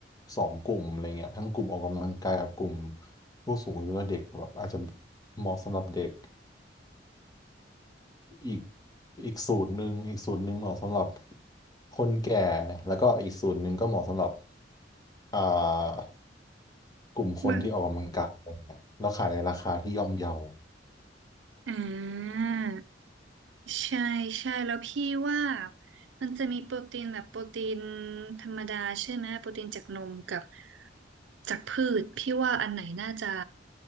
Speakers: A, on the left; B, on the right.
A: สองกลุ่มอะไรเงี้ยทั้งกลุ่มออกกำลังกายกับกลุ่มผู้สูงอายุและเด็กแบบอาจจะเหมาะสำหรับเด็กอีกอีกสูตรหนึ่งอีกสูตรหนึ่งเหมาะสำหรับคนแก่แล้วก็อีกสูตรหนึ่งก็เหมาะสำหรับ อ่ากลุ่มคนที่ออกกำลังกายอะไรเงี้ยแล้วขายในราคาที่ย่อมเยา
B: ว่าอ่า ใช่ใช่แล้วพี่ว่ามันจะมีโปรตีนแบบโปรตีนธรรมดาใช่ไหมโปรตีนจากนมกับจากพืชพี่ว่าอันไหนน่าจะ